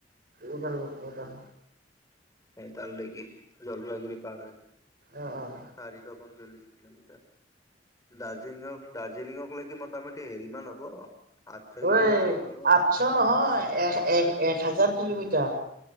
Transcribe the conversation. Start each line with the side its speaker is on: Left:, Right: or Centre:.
Right: উদালগুৰি উদাল
Left: হে তালৈকে জলপাইগুৰি পাৰ
Right: অ',
Left: হৈ <unintelligible> পঞ্চল্লিশ কিলমিটাৰ দাৰ্জিলিঙক দাৰ্জিলিঙক লৈকে মোটামটি হেৰি কিমান হব? আঠশ
Right: ঐ
Left: কিলোমিটাৰ মান হ'ব
Right: আঠশ নহয় এক এক এক হাজাৰ কিলোমিটাৰ।